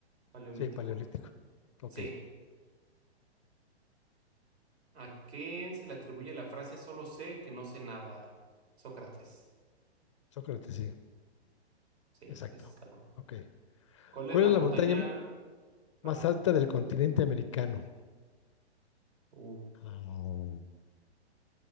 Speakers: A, on the right (about 70°); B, on the left (about 30°).
A: Paleolítico.
B: Sí, paleolítico. Ok,
A: C. ¿A quién se le atribuye la frase solo sé que no sé nada? Sócrates.
B: Sócrates, sí.
A: Sí,
B: Exacto.
A: esa está bueno.
B: Ok.
A: ¿Cuál
B: ¿Cuál
A: es la
B: es
A: montaña?
B: la montaña m-
A: Perdón.
B: más alta del continente americano?
A: Uh,
B: Ah,